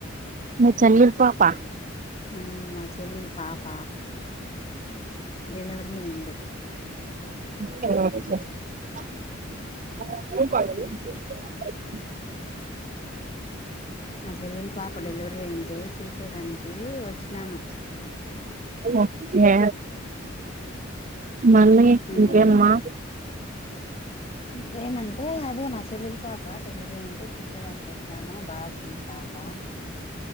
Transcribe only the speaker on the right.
మీ చెల్లెల పాప
<inaudible>
ఓకే మమ్మీ
ఇంకేమ్మా